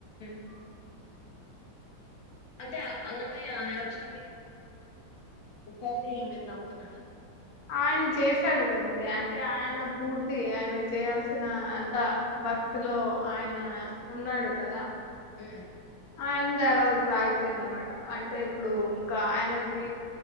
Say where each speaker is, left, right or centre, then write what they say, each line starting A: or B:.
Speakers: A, on the left; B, on the left.
A: అ
B: కరెక్టే అని మీరు నమ్ముతున్నారా
A: ఆయన చేశాడు కదండి అంటే ఆయన పూర్తి ఆయనకు చేయాల్సిన అంత భక్తిలో ఆయన ఉన్నాడు కదా
B: ఉ
A: ఆయన్ ది అలా సాగిపోయింది అనమాట అంటే ఇప్పుడు ఇంకా ఆయనకి